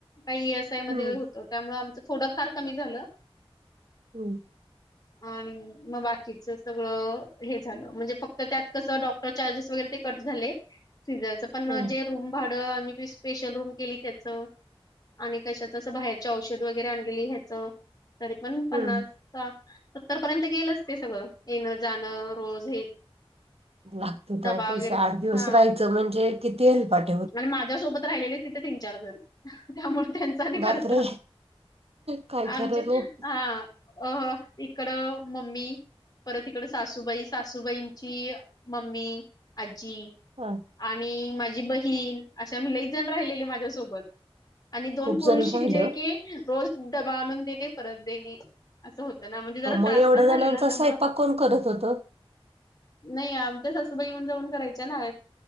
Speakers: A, on the left; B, on the right.
A: का? एस त्यामध्ये
B: हम्म
A: होत. त्यामुळे आमच थोडं फार कमी झालं.
B: हं.
A: आणि, मग बाकीच सगळं हे झालं म्हणजे, फक्त त्यात कसं डॉ मग चार्जेस वगैरे काही कट झाले. सिझनच पण
B: हम्म
A: जे रूम भाड अं, आणि स्पेशल रूम केली त्याच आणि कशाच? असं बाहेरचे औषध वगैरे आणलेली ह्याच तरी पण पन्नास
B: हम्म
A: का? सत्तर पर्यंत गेलंच ते सगळं. येण जाणं रोज हे-
B: लागत तेव्हा
A: डबा
B: पैसा
A: वगैरे
B: आठ दिवस
A: हा
B: राहायचं, म्हणजे किती हेल्पाट?
A: आणि, माझ्यासोबत राहिलेले तिथे तीन, चार जण त्यामुळे त्यां चालू
B: बापरे
A: खर्चा
B: काय
A: आमचे
B: खरं नाही
A: हां. अ हं इकड मम्मी परत इकड, सासूबाई सासूबाईंची मम्मी, आजी
B: हा.
A: आणि, माझी बहीण अशा आम्ही लई जण राहिलेल्या माझ्यासोबत आणि दोन
B: खूप
A: पुरुष
B: जण राहिले
A: जे
B: ओ.
A: की, रोज डबा आणून देणे परत देणे. असं होतं ना. म्हणजे जरा
B: मग
A: त्रास
B: एवढ्या
A: पण झालेला
B: जणांचा
A: ना त्यामुळं?
B: स्वयंपाक कोण करत होतं
A: नाही. आमच्या सासूबाई येऊन जाऊन करायच्या ना.